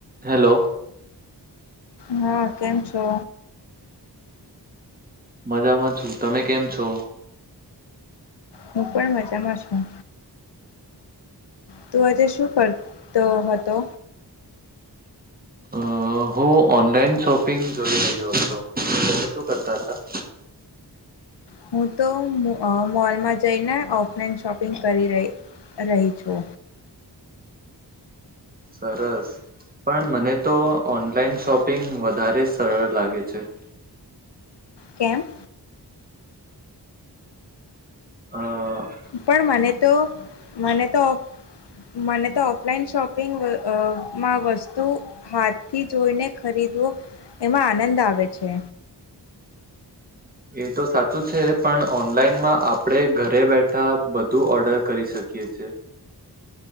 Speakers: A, on the right; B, on the left.
A: Hello,
B: હા કેમ છો.
A: મજામાં છું તમે કેમ છો.
B: હું પણ મજામાં છું. તું આજે શું કરતો હતો.
A: હ. હું ઓનલાઈન શોપિંગ જોઈ રહ્યો હતો તમે શું કરતા હતા.
B: હું તો મોલમાં જઈને ઓફલાઈન શોપિંગ કરી રહી. રહી છો.
A: સરસ. પણ મને તો ઓનલાઈન શોપિંગ વધારે સરળ લાગે છે.
B: કેમ.
A: હ.
B: પણ મને તો મને તો મને તો. લાઈન શોપિંગ વમાં વસ્ત. વતુ હાથથી જોઈને ખરીદવો એમાં આનંદ આવે છે.
A: એ તો સાચું છે પણ ઓનલાઈનમાં આપડે ઘરે બેઠા બધું ઓર્ડર કરી શકીએ. શી છે.